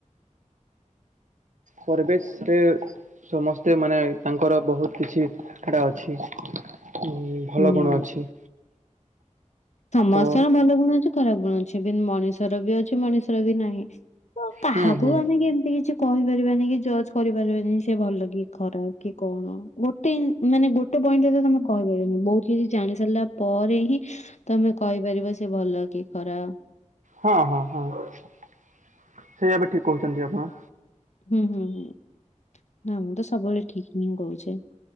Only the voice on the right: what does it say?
ପରିବେଶରେ ସମସ୍ତେ ମାନେ ତାଙ୍କର ବହୁତ କିଛି ଏଟା ଅଛି। ଉଁ ଭଲ
ଗୁଣ ଅଛି।
ତ
ହୁଁ ହୁଁ
ହଁ ହଁ ହଁ ସେଇଆଵି ଠିକ୍ କହୁଛନ୍ତି ଆପଣ